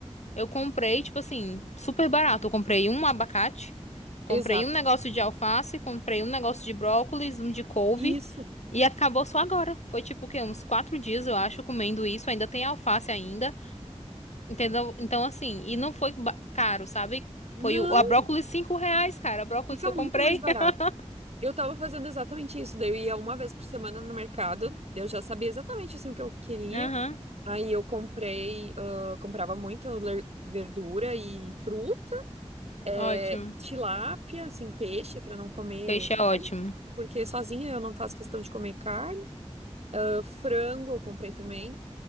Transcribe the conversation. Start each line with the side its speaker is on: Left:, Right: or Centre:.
Left: Eu comprei, tipo assim, super barato. Eu comprei um abacate, comprei
Right: exato.
Left: um negócio de alface, comprei um negócio de brócolis, um de couve
Right: Isso.
Left: e acabou só agora. Foi tipo o quê? Uns quatro dias, eu acho, comendo isso. Ainda tem alface ainda, entendeu? Então, assim, e não foi ba- caro, sabe?
Right: Não,
Left: Foi o, a brócolis cinco reais, cara. A brócolis
Right: fica
Left: que eu comprei.
Right: muito mais barato.
Left: <laughs>
Right: Eu tava fazendo exatamente isso. Daí eu ia uma vez por semana no mercado. Eu já sabia exatamente assim, o que eu queria.
Left: Aham,
Right: Aí eu comprei, ah, comprava muito ler- verdura e fruta, é,
Left: ótimo.
Right: tilápia, assim, peixe, para não comer
Left: Peixe é
Right: carne,
Left: ótimo.
Right: porque sozinha eu não faço questão de comer carne. Ah, frango eu comprei também,